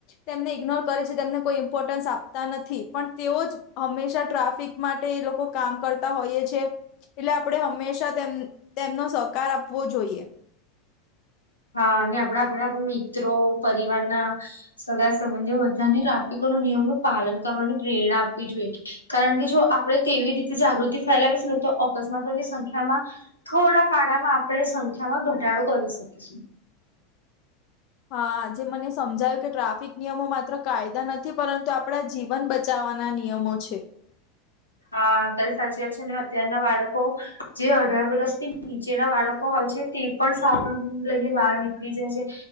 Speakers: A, on the left; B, on the left.
A: તેમને ઇગ્નોર કરે છે તેમને કોઈ ઇમ્પોર્ટન્સ આપ તા નથી પણ તેઓ જ હંમેશા ટ્રાફિક માટે એ લોકો કામ કરતા હોઈએ છે. એટલે આપણે હંમેશા તેમ તેમનો સહકાર આપવો જોઈએ.
B: હા અને આપણા આપણા મિત્રો પરિવારના સગા સંબંધે બધાને ટ્રાફિકો ન નિયમ નું પાલન કરવાની પ્રેરણા આપવી જોઈએ. કારણ કે જો આપણે કેવી રીતે જાગૃતિ ફેલાવીશ ને તો અકસ્માતોની સંખ્યામાં થોડા ફાડામાં આપણે સંખ્યામાં ઘટાડો કરી શકીશું.
A: હા જ મને સમજાયું કે ટ્રાફિક નિયમો માત્ર કાયદા નથી પરંતુ આપણા જી વન બચાવવાના નિયમો છે.
B: હા અત્યારે સાચી વાત છે અને અત્યારના બાળકો જે અઢાર વર્ષથી નીચેના બાળકો હોય છે તે પણ સાધન લઈને બહાર નીકળી જાય છે.